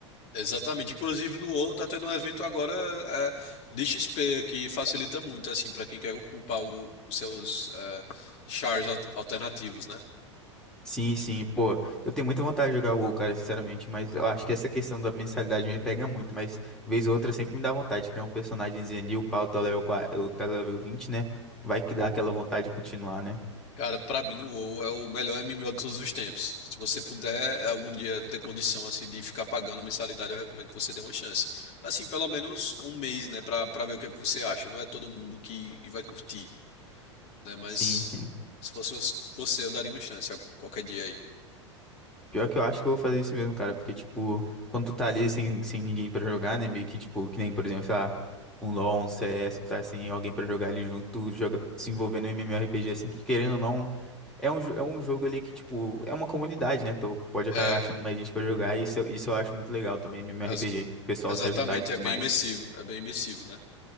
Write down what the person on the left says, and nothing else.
Exatamente. Inclusive no WoW tá tendo um evento agora é, de XP que facilita muito assim para quem quer upar o- os seus é, chars al- alternativos, né?
Cara, pra mim o WoW é o melhor MMO de todos os tempos. Se você puder é, algum dia ter condição assim de ficar pagando mensalidade, eu recomendo que você dê uma chance. Assim, pelo menos um mês, né, Pra para ver o que você acha. Não é todo mundo que, que vai curtir, né? Mas
se fosse você, eu daria uma chance algum- qualquer dia aí.
É,
as-
Exatamente,
é bem
imersivo, é bem imersivo, né?